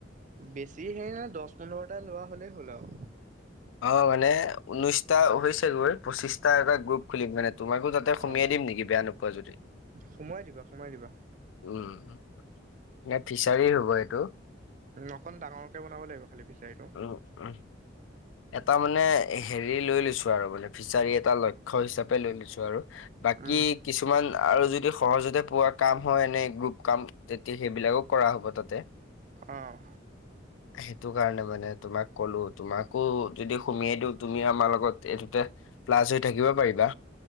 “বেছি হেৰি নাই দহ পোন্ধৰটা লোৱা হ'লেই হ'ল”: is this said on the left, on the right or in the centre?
Right